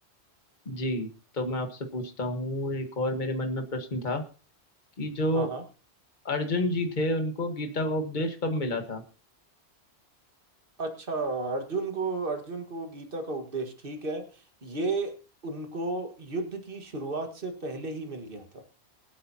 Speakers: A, on the left (about 45°); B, on the right (about 50°).
A: जी तो मैं आपसे पूछता हूँ एक और मेरे मन में प्रश्न था कि जो
B: हाँ हाँ।
A: अर्जुन जी थे उनको गीता का उपदेश कब मिला था
B: अच्छा अर्जुन को अर्जुन को गीता का उपदेश ठीक है ये उनको युद्ध की शुरुआत से पहले ही मिल गया था